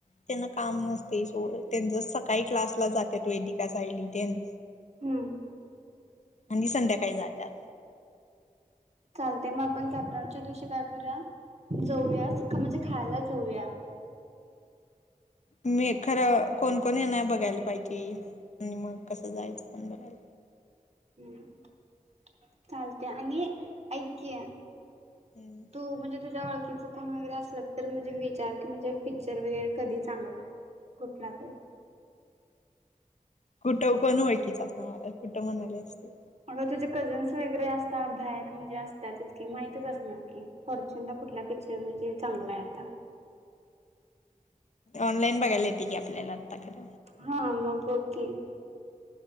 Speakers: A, on the left (about 55°); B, on the right (about 50°).
A: त्यांना काम नसते सोड. त्यांच सकाळी क्लासला जातत. वेदिका, सायली तेन.
B: हम्म
A: आणि संध्याकाळी जात्यात.
B: चालते मग आपण कॉपरांच्या दिवशी काय करूया? जाऊयास. म्हणजे खायला जाऊया.
A: मी खरं कोण कोण येणारे बघायला पाहिजे. आणि मग कसं जायचं पण बघयला
B: हम्म हम्म चालतेय. आणि ऐक की,
A: पाहिजे
B: तू म्हणजे तुझ्या ओळखीच कोण वगैरे असल तर म्हणजे विचार की, म्हणजे पिक्चर वगैरे कधी चांगलाय? कुठला तर.
A: कुठं कोण ओळकीच असणार माझ्या. कुठं म्हणालेस तू.
B: अगं तुझे कझन्स वगैरे असतात. बाहेर म्हणजे असतातकी. माहतीच असणार की. फॉर्च्युूनला कुठला पिक्चर म्हणजे चांगलाय आता?
A: ऑनलाइन बघायला येते की आपल्याला आत्ता खर.
B: हा मग बघ की.